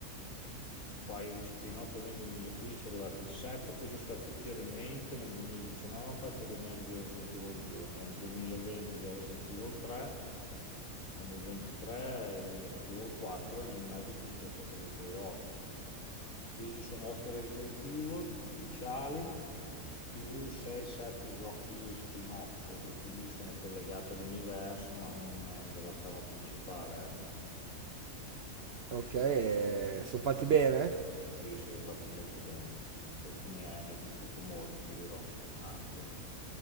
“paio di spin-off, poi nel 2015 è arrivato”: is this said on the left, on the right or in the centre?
Left